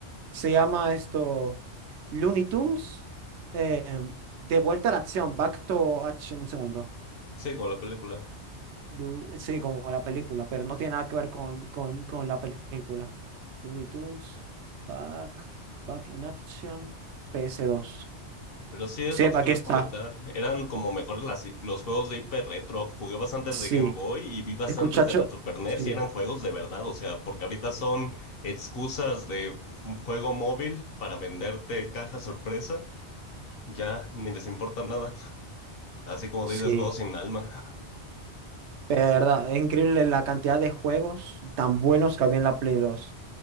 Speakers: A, on the right (about 80°); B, on the left (about 60°).
A: Se llama esto Looney Tunes, eh, de vuelta a la acción, back to action, un segundo.
B: Sí, con la película.
A: Lu- sí, como la película, pero no tiene nada que ver con, con, con la película. Looney Tunes, Back, Back in Action, PS2.
B: Pero sí es
A: Sí,
B: lo que
A: aquí
B: te iba
A: está.
B: a comentar. Eran como mejores las, los juegos de hiper retro. Jugué bastantes
A: Sí,
B: de Game Boy y vi bastantes
A: escuchacho.
B: de la Super NES
A: Sí,
B: y eran juegos de verdad. O sea, porque ahorita son excusas de un juego móvil para venderte caja sorpresa. Ya ni les importa nada. Así como
A: sí.
B: dices, juegos sin alma.
A: Pero de verdad, es increíble la cantidad de juegos tan buenos que había en la Play 2.